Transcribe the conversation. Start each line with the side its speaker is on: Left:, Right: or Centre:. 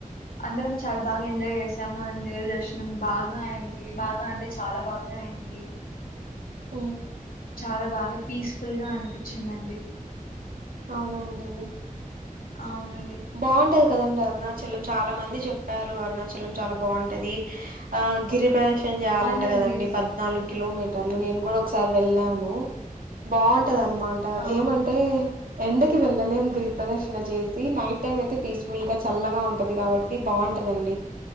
Left: అందరం చాలా బాగా ఎంజాయ్ చేసాము అం దేవ దర్శనం బాగా అయింది బాగా అంటే చాలా బాగా అయింది
Right: హుమ్
Left: చాలా బాగా పీస్ఫుల్ గా అనిపించిందండి
Right: అవునండి
Left: అవున
Right: బాగుంటది కదండి ఆ అరుణాచలం చాలా మంది చెప్పారు అరుణాచలం చాలా బాగుంటది ఆ గిరి ప్రద్ చేయాలంట
Left: అవునండి
Right: కదండి పద్నాలుగు కిలోమీటర్ నేను కూడ ఒకసారి వెళ్ళాను బాగ్ టదనమాట
Left: అవును
Right: ఏమంటే ఎండక్ వెళ్ళలేం గిరి ప్రదర్శన చేసి నైట్ టైం అయితే పీస్ఫుల్ గా చల్లగా ఉంటది కాబట్టి బాగుంటదండి